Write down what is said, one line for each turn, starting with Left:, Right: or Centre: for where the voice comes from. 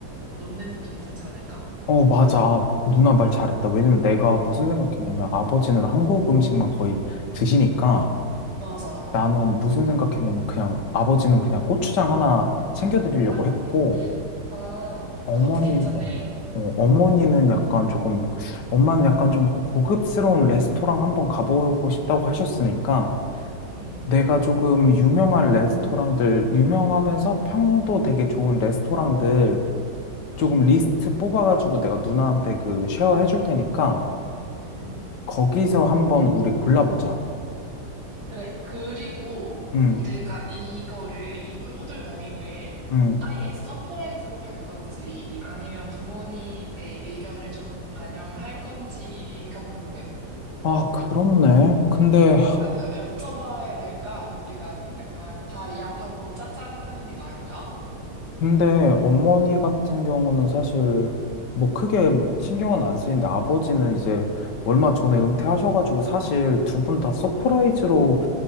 Right: 놓는 것도 괜찮지 않을까?
Left: 어, 맞아. 아, 누나 말 잘했다. 왜냐면 내가 무슨 생각했냐면 아버지는 한국 음식만 거의 드시니까
Right: 맞아.
Left: 나는 무슨 생각했냐면 그냥 아버지는 그냥 고추장 하나 챙겨드리려고
Right: <laughs>
Left: 했고
Right: 아,
Left: 어머님,
Right: 그것도 괜찮네.
Left: 어, 어, 어머니는 약간 조금, 엄마는 약간 좀 고급스러운 레스토랑 한번 가보고 싶다고 하셨으니까
Right: 응,
Left: 내가 조금 유명한 레스토랑들, 유명하면서 평도 되게 좋은 레스토랑들 조금
Right: 응,
Left: 리스트 뽑아가지고 내가 누나한테 그 쉐어 해줄 테니까
Right: 응.
Left: 거기서 한번 우리 골라보자.
Right: 그래. 그리고
Left: 응,
Right: 우리가 이거를, 이 호- 호돌 여행을
Left: 응.
Right: 아예 서프라이즈로 갈 건지 아니면 부모님의 의견을 좀 반영할 건지가 궁금해.
Left: 아, 그렇네. 근데,
Right: 한번 여, 여쭤봐야 될까? 아니면 우리가 약간 다 예약하고 짜잔 하는 게 나을까?
Left: 근데 어머니 같은 경우는 사실 뭐 크게 신경은 안 쓰이는데 아버지는 이제 얼마 전에 은퇴하셔가지고 사실 두 분 다 서프라이즈로